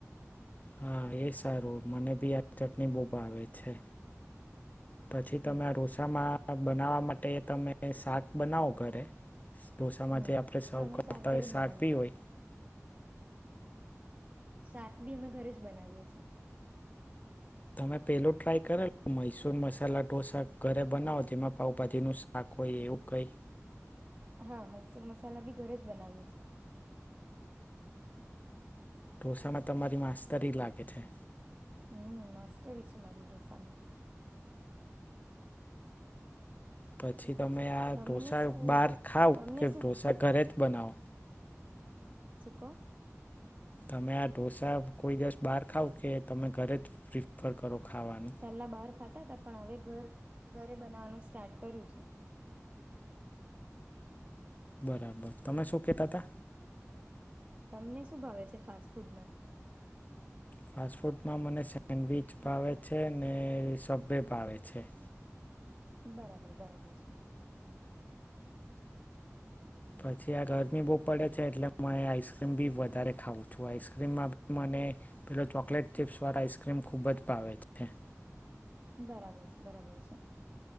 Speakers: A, on the left (about 30°); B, on the right (about 30°).
A: હા એ સારું મને ભી આ ચટણી બહુ ભાવે છે. પછી તમે
B: હમ
A: આ રોસામાં બનાવવા મા માટે તમે શાક બનાવો ઘરે. ઢોસામાં
B: હમ
A: જે આપણે સવ
B: હા અમે
A: કરતાં
B: ઘરે
A: હોય
B: જ
A: શાક
B: બનાવીએ
A: ભી
B: છીએ
A: હોય.
B: શાક બી અમે ઘરે જ બનાવીએ છીએ.
A: તમે પેલું ટ્રાય કરેલું મૈસુર મસાલા ઢોંસા ઘરે બનાવો જેમાં પાઉંભાજીનું શાક હોય એવું કંઈ
B: હા મૈસુર મસાલા બી ઘરે જ બનાવીએ છીએ.
A: ઢોંસામાં તમારી માસ્તરી લાગે છે.
B: હમ્મ માસ્ટરી છે મારી ઢોંસામાં.
A: પછી તમે આ
B: તમને
A: ઢોંસા
B: શું
A: બહાર ખાવ
B: તમને
A: કે
B: શું
A: ઢોંસા ઘરે જ બનાવો.
B: શું કોવ?
A: તમે આ ઢોંસા કોઈ દિવસ બાર ખાવ કે તમે ઘરે જ પ્રિફર કરો? ખાવાનું
B: પેલા બહાર ખાતાતા પણ હવે ઘર ઘરે બનાવાનું સ્ટાર્ટ કર્યું છે.
A: બરાબર તમે શું કેતા તા?
B: તમને શું ભાવે છે ફાસ્ટ ફૂડમાં?
A: ફાસ્ટ ફૂડમાં મને સેન્ડવીચ ભાવે છે ને સબવે ભાવે છે.
B: બરાબર બરાબર છે.
A: પછી આ ગરમી બહુ પડે છે એટલે મા એ આઈસક્રીમ બી વધારે ખાવું. છું આઈસ્ક્રીમમાં બી મને પેલો ચોકલેટ ચીપ્સ વાળો આઈસ ક્રીમ ખુબ જ ભાવે છે.
B: બરાબર છે, બરાબર છે.